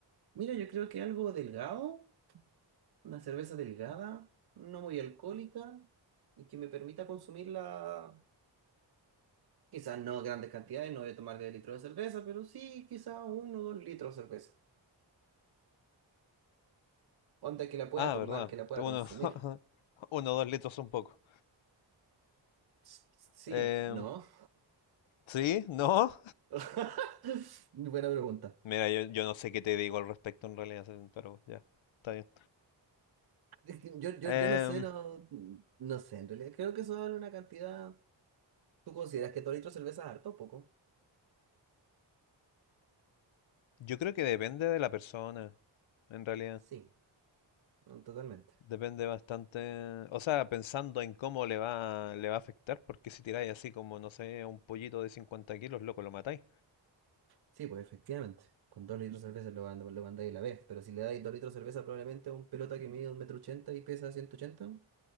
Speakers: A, on the right; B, on the left.
A: Mira, yo creo que algo delgado. Una cerveza delgada, no muy alcohólica y que me permita consumirla, quizás no grandes cantidades, no voy a tomar de litros de cerveza, pero sí quizás uno o dos litros de cerveza. Onda que la pueda
B: Ah,
A: tomar,
B: verdad.
A: que la pueda
B: Uno,
A: consumir.
B: <laughs> uno o dos litros son poco.
A: S- Sí,
B: Em,
A: ¿no?
B: ¿sí? ¿No?
A: <laughs> Buena pregunta.
B: Mira, yo, yo no sé qué te digo al respecto en realidad, eh, pero ya, está bien.
A: Es que Yo, yo,
B: Em,
A: yo no sé, no, no sé, en realidad creo que eso vale una cantidad. ¿Tú consideras que dos litros de cerveza es harto o poco?
B: yo creo que depende de la persona, en realidad.
A: Sí, no, totalmente.
B: Depende bastante, o sea, pensando en cómo le va, le va a afectar, porque si tiráis así como, no sé, a un pollito de 50 kilos, loco, lo matáis.
A: Sí, pues efectivamente. Con dos litros de cerveza lo, mand- lo mandáis a la vez. Pero si le dais dos litros de cerveza probablemente a un pelota que mide un metro ochenta y pesa 180